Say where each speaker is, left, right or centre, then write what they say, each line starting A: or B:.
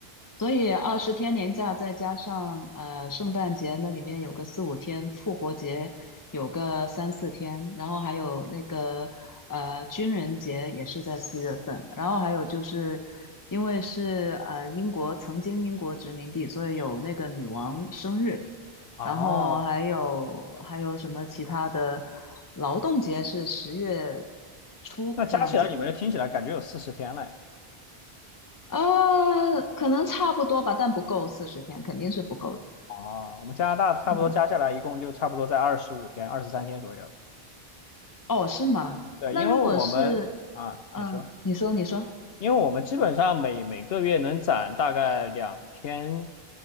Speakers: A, on the left; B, on the left.
A: 所以二十天年假，再加上呃圣诞节那里面有个四五天，复活节有个三四天，然后还有那个呃军人节也是在四月份，然后还有就是因为是呃英国曾经英国殖民地，所以有那个女王生日，
B: 哦，
A: 然后还有还有什么其他的劳动节是十月初这样子。
B: 那加起来你们这听起来感觉有四十天嘞。
A: 呃，可能差不多吧，但不够四十天，肯定是不够的。
B: 哦，我们加拿大差不多加下来一共就差不多在二十五天、
A: 嗯，
B: 二十三天左右。
A: 哦，是吗？
B: 对，
A: 那如果是，
B: 因为我们啊，
A: 嗯，
B: 你说。
A: 你说，你说，
B: 因为我们基本上每每个月能攒大概两天，